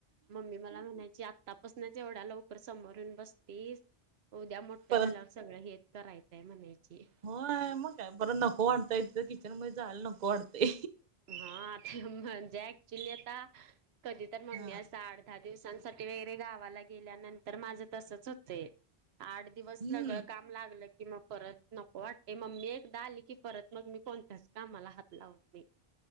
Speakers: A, on the right; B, on the right.
A: मम्मी मला म्हणायची आतापासूनच एवढ्या लवकर समोरू येऊन बसतीस उद्या मोठ
B: परत
A: झाल्यावर सगळं हेच करायचंय म्हणायची.
B: होय मग काय बरं नको वाटतय तिथं किचन मध्ये जायला नको वाटतय.
A: हा ते म्हणजे ऍक्च्युली आता कधी तर मम्मी
B: हा
A: अस साड दहा दिवसांसाठी वगैरे गावाला गेल्यानंतर माझं तसच होते आठ दिवस
B: हम्म
A: सगळं काम लागलं की मग परत नको वाटते मम्मी एकदा आली की परत मग मी कोणत्याच कामाला हात लावत नाही.